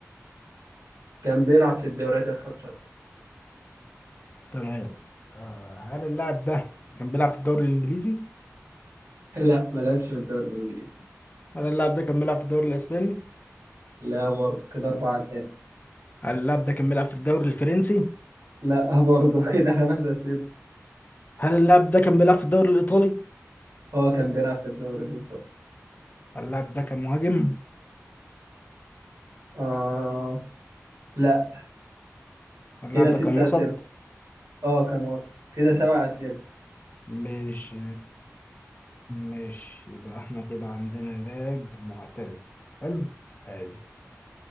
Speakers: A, on the right; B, on the left.
A: كان بيلعب في الدوريات الخمسة
B: تمام آه، هل اللاعب ده كان بيلعب في الدوري الإنجليزي
A: <laughs> لا ما لعبش في الدوري الإنجليزي
B: هل اللاعب ده كان بيلعب في الدوري الإسباني
A: لا برضه كده أربع أسئلة
B: هل اللاعب ده كان بيلعب في الدوري الفرنسي
A: لا <laughs> برضه كده خمس أسئلة
B: هل اللاعب ده كان بيلعب في الدوري الإيطالي
A: اه كان بيلعب في الدوري الإيطالي
B: هل اللاعب ده كان مهاجم
A: آه لا
B: هل اللاعب
A: كده ستة
B: ده كان وسط
A: أسئلة اه كان وصل كده سبع أسئلة
B: مش مش يبقى احنا كده عندنا لاعب معتزل حلو حلو